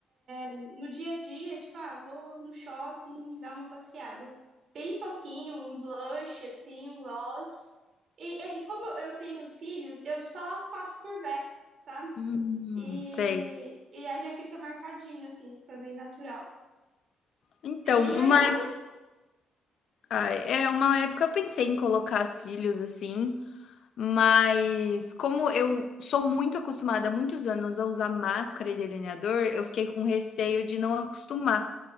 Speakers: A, on the right (about 60°); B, on the left (about 60°).
A: no dia a dia, tipo, ah, vou no shopping dar uma passeada. Bem pouquinho, um blush, assim, um gloss. E é que como eu eu tenho cílios, eu só passo Curvex, sabe?
B: Hum,
A: E,
B: sei.
A: e aí já fica marcadinho, assim, fica meio natural.
B: Então,
A: E
B: uma
A: aí eu.
B: Ah, é, uma época eu pensei em colocar cílios assim, mas como eu sou muito acostumada há muitos anos a usar máscara e delineador, eu fiquei com receio de não acostumar.